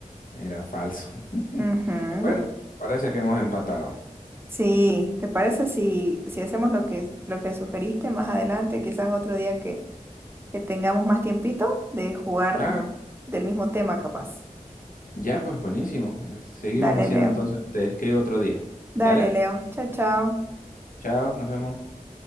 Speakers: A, on the left; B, on the right.
A: Era falso. <laughs>
B: Ujú.
A: Bueno, parece que hemos empatado.
B: Sí, ¿te parece si, si hacemos lo que, lo que sugeriste más adelante, quizás otro día que, que tengamos más tiempito de jugar
A: Claro,
B: del mismo tema, capaz?
A: ya pues buenísimo. Eh, Seguimos
B: Dale,
A: haciendo
B: Leo.
A: entonces. Te escribo otro día.
B: Dale,
A: Dale,
B: Leo. Chao, chao.
A: chao, nos vemos.